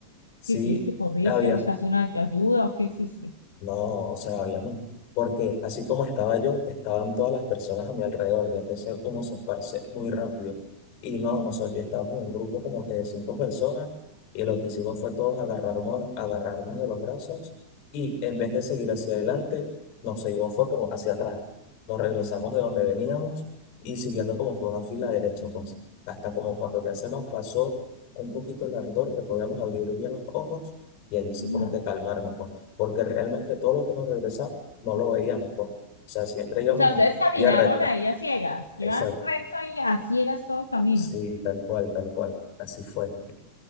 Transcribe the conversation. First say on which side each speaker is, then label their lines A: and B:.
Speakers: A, on the left (about 45°); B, on the left (about 80°).
A: Sí,
B: ¿Qué hiciste? ¿Corriste?
A: había
B: ¿Buscaste una ay- ayuda o qué hiciste?
A: No, o sea, habíamos, porque así como estaba yo, estaban todas las personas a mi alrededor, ya empecé como se esparce muy rápido. Y no, nosotros, yo estaba con un grupo como que de cinco personas, y lo que hicimos fue todos agarrarnos, agarrarnos de los brazos, y en vez de seguir hacia adelante, nos seguimos fue pero hacia atrás. Nos regresamos de donde veníamos, y siguiendo como que una fila derecha, pues, hasta como cuando ya se nos pasó un poquito el ardor, que podíamos abrir bien los ojos, y allí sí
B: Wow.
A: como que calmarnos, pues porque realmente todo lo que nos regresamos no lo veíamos, pues. O sea, siempre íbamos
B: O sea,
A: en
B: ustedes caminaron
A: vía recta.
B: ahí a ciegas, iban
A: Exacto.
B: recto ahí a ciegas todo el camino.
A: Sí, tal cual, tal cual. Así fue.